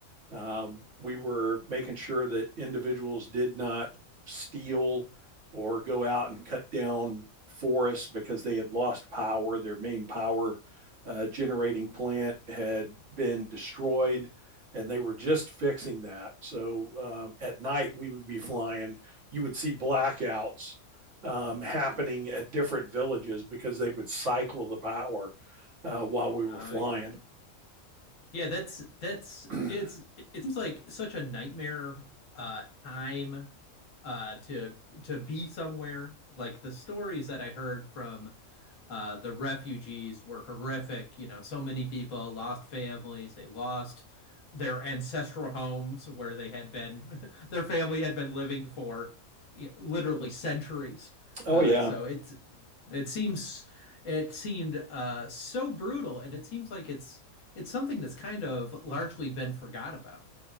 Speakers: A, on the right; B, on the left.
A: Um, we were making sure that individuals did not steal or go out and cut down forests because they had lost power. Their main power uh, generating plant had been destroyed, and they were just fixing that. So um, at night, we would be flying. You would see blackouts um, happening at different villages because they would cycle the power uh, while we were
B: Oh
A: flying.
B: yeah. Yeah, that's that's
A: <clears throat>
B: it's it seems like such a nightmare uh time uh to to be somewhere. Like the stories that I heard from uh the refugees were horrific. You know, so many people lost families, they lost their ancestral homes where they had been <laughs> their family had been living for y- literally centuries.
A: oh,
B: Uh
A: yeah.
B: so it's it seems it seemed uh so brutal and it seems like it's it's something that's kind of largely been forgot about.